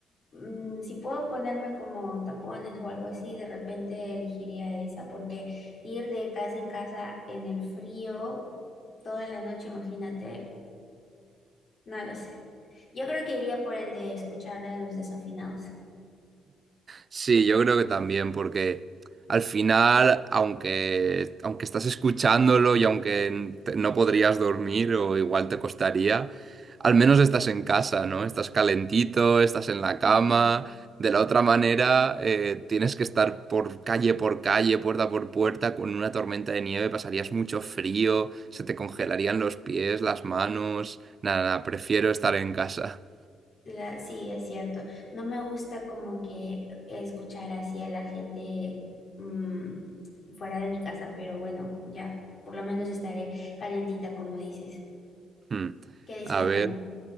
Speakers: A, on the left; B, on the right.
A: mm, si puedo ponerme como tapones o algo así, de repente elegiría esa, porque ir de casa en casa en el frío toda la noche, imagínate, no lo sé. Yo creo que iría por el de escuchar la de los desafinados.
B: Sí, yo creo que también, porque al final, aunque, aunque estás escuchándolo y aunque te- no podrías dormir o igual te costaría, al menos estás en casa, ¿no? Estás calentito, estás en la cama.
A: Ujú.
B: De la otra manera, eh, tienes que estar por calle por calle, puerta por puerta, con una tormenta de nieve, pasarías mucho frío, se te congelarían los pies, las manos. Nada, nada, prefiero estar en casa.
A: La, sí, es cierto. No me gusta como que escuchar así a la gente mm, fuera de mi casa, pero bueno, ya por lo menos estaré calentita, como dices.
B: Hmm.
A: ¿Qué dice
B: A
A: la
B: ver.
A: gente?